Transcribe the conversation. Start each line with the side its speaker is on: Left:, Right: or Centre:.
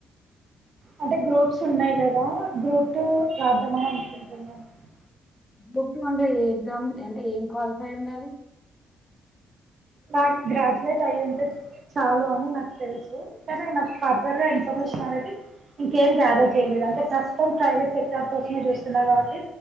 Right: అంటే గ్రూప్స్ ఉన్నాయి కదా గ్రూప్ టు రాద్దామని అంతే <unintelligible>
Left: బుక్ అంటే ఏ ఎగ్జామ్ అంటే ఏం క్వాలిఫై ఉండాలి
Right: నాకు గ్రాడ్యుయేట్ అయ్యింటే చాలు అని నాకు తెలుసు కానీ నాకు ఫర్దర్ గా ఇన్ఫర్మేషన్ అనేది ఇంకేం గ్యాదర్ చేయలేదు అంటే ప్రస్తుతం ప్రైవేట్ సెక్టార్ కోసమే చూస్తున్నా కాబట్టి